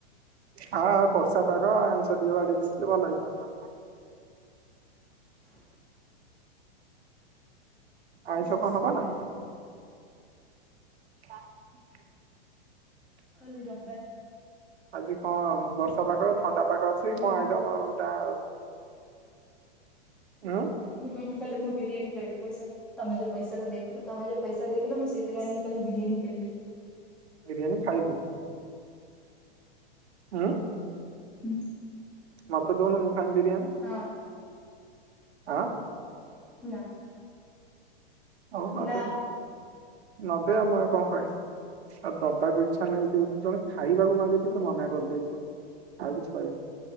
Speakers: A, on the right (about 70°); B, in the centre.
A: ହଁ ବର୍ଷା ପାଗ ଆଇଷ ବାଡି ଦେଇଥିଲେ ଭଲ ହେଇଥାତା। ଆଇ
B: ଆଜି
A: ସ
B: ପା
A: କ
B: ଶନିବାରେ
A: ହବ ନା <unintelligible>
B: କଲ ବିି ରବର
A: ଆଜି କଣ ବର୍ଷା ପାଗ ଥଣ୍ଡା ପାଛି
B: ହଁ
A: ସମ ଏଟାଟା ହଁ।
B: ମୁଁ କହିଲି କାଲି ମୁଁ ବିରିୟାନ ଖବି ପଇସା ଦ ତମେୋଉ ପଇସାଟା ଦେଇଥିଲ ତମେ ଯୋଉ ପଇସା ଦେଇଥିଲାଥିଲ ମୁଁ ସେଥିରେ ଆଣିକି କାଲି ବିରିୟାନୀ ଖାଇବି।
A: ବିରିୟାନୀ ଖାଇବୁ। ଆଁ,
B: ହୁଁ <inaudible>
A: ମତେ ଦଉନମୁଁ ହଁ ବିରିୟାନ।
B: ହଁ
A: ହଁ,
B: ନା
A: ହଉ,
B: ନା
A: ନଦେ ଆଉ ମୁଁ ଆଉ କଣ କହିଁ ଆଉ ଦବାକୁ ଇଛା ନାହିଁ ତୁ ଜଣେ ଖାଇବାକୁ ମାଗୁଛୁ ତୁ ମନା କରିଦେଇଛୁ ଆଉ କିଛି କରିବିନି